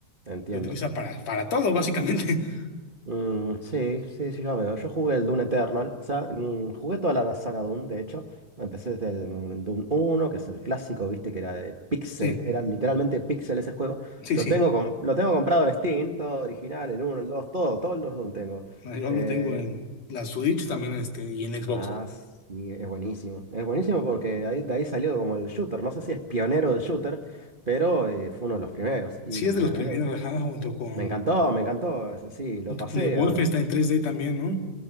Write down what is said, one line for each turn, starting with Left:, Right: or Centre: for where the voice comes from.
Right: Entiendo.
Left: Se utiliza para, para todo, básicamente. <laughs>
Right: Mm, sí, sí, sí, ya veo. Yo jugué el Dune Eternal. O sea, mm, jugué toda la saga Dune, de hecho. Empecé desde el mm, Dune 1, que es el clásico, viste, que era de Pixel.
Left: Sí,
Right: Era literalmente Pixel ese juego.
Left: sí,
Right: Lo
Left: sí.
Right: tengo, com- lo tengo comprado en Steam, todo original, el uno, el 2, todo, todos los Dune tengo.
Left: Ah, Yo
Right: Eh,
Left: lo tengo en la Switch también este, y en Xbox.
Right: ah, sí, es buenísimo. Es buenísimo porque ahí, de ahí salió como el shooter. No sé si es pionero del shooter, pero eh, fue uno de los primeros. Y
Left: Sí, es de
Right: la
Left: los primeros,
Right: verdad que
Left: ajá, junto con,
Right: me encantó, me encantó. ese Sí, lo
Left: junto
Right: pasé.
Left: con el Wolfenstein tres d también, ¿no?